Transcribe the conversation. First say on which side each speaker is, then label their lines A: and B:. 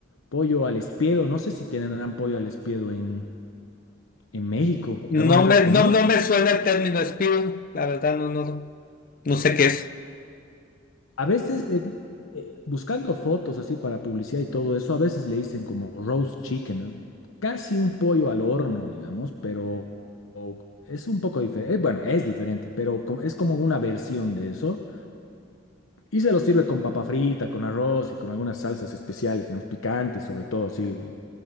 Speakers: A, on the left; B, on the left.
A: pollo al espiedo. No sé si tienen pollo al espiedo en, en México.
B: No
A: ¿Alguna vez
B: me,
A: has comido?
B: no, no me suena el término espíritu, la verdad no, no, no sé qué es.
A: A veces le di- eh, buscando fotos así para publicidad y todo eso, a veces le dicen como roast chicken, es casi un pollo al horno, digamos, pero o- es un poco diferente. Bueno, es diferente, pero co- es como una versión de eso. Y se lo sirve con papa frita, con arroz y con algunas salsas especiales, digamos, picantes, sobre todo. Así,